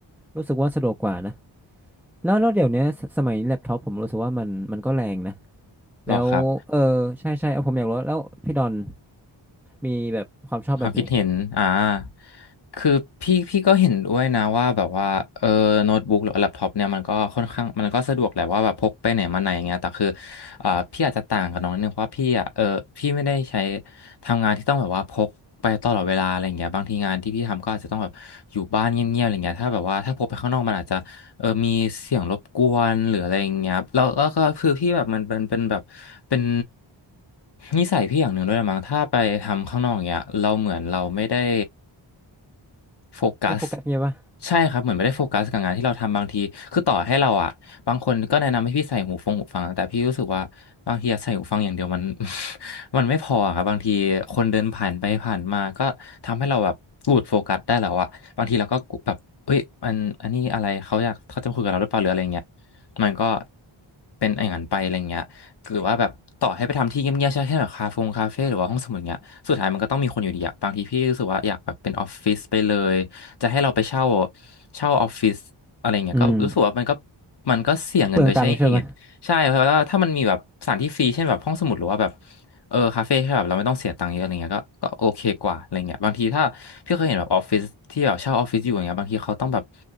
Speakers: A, in the centre; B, on the left (about 55°).
A: รู้สึกว่าสะดวกกว่านะ แล้วแล้วเดี๋ยวเนี้ยสสมัยนี้แล็ปท็อปผมรู้สึกว่ามันมันก็แรงนะ
B: หรอครับ
A: แล้วเออใช่ใช่เอาผมอยากรู้แล้วพี่ดอนมีแบบความชอบแบบไหน
B: ความคิดเห็นอ่าคือพี่พี่ก็เห็นด้วยนะว่าแบบว่าเออโน้ตบุ๊กหรือแล็ปท็อปเนี่ยมันก็ค่อนข้างมันก็สะดวกแหละว่าแบบพกไปไหนมาไหนอย่างเงี้ยแต่คืออ่าพี่อาจจะต่างกับน้องนิดนึงเพราะว่าพี่อ่ะเออพี่ไม่ได้ใช้ทำงานที่ต้องแบบว่าพกไปตลอดเวลาอะไรอย่างเงี้ยบางทีงานที่พี่ทำก็อาจจะต้องแบบอยู่บ้านเงียบๆอะไรเงี้ยถ้าแบบว่าถ้าพกไปข้างนอกมันอาจจะ เออ มีเสียงรบกวนหรืออะไรอย่างเงี้ยครับแล้วแล้วก็คือพี่แบบมันเป็นเป็นแบบเป็นนิสัยพี่อย่างหนึ่งด้วยมั้งถ้าไปทำข้างนอกอย่างเงี้ย เราเหมือนเราไม่ได้ โฟกัส
A: ไม่โฟกัสเงี้ยปะ
B: ใช่ครับเหมือนไม่ได้โฟกัสกับงานที่เราทำบางทีคือต่อให้เราอ่ะบางคนก็แนะนำให้พี่ใส่หูฟงหูฟังแต่พี่รู้สึกว่าบางทีอะใส่หูฟังอย่างเดียวมัน <laughs> มันไม่พออะครับบางทีคนเดินผ่านไปผ่านมาก็ทำให้เราแบบหลุดโฟกัสได้แล้วอ่ะบางทีเราก็แบบเอ้ยมันอันนี้อะไรเขาอยากเขาจะมาคุยกับเราหรือเปล่าหรืออะไรเงี้ยมันก็เป็นอย่างนั้นไปอะไรเงี้ย หรือว่าแบบต่อให้ไปทำที่เงียบๆใช่แค่แบบคาเฟงคาเฟ่หรือว่าห้องสมุดเงี้ยสุดท้ายมันก็ต้องมีคนอยู่ดีอะบางทีพี่รู้สึกว่าอยากแบบเป็นออฟฟิศไปเลยจะให้เราไปเช่าเช่าออฟฟิศอะไรเงี้ยก็รู้สึกว่ามันก็
A: อืม
B: มันก็เสี่ยงเงินโดยใช้เหตุใช่เพราะว่าถ้ามันมีแบบสถานที่ฟรีเช่นแบบห้องสมุดหรือว่าแบบ
A: เปลืองตังค์ใช่ไหม
B: เออคาเฟ่ที่แบบเราไม่ต้องเสียตังค์เยอะอะไรเงี้ยก็ก็โอเคกว่าอะไรเงี้ยบางทีถ้าพี่เคยเห็นแบบออฟฟิศที่แบบเช่าออฟฟิศอยู่อย่างเงี้ยบางทีเขาต้องแบบ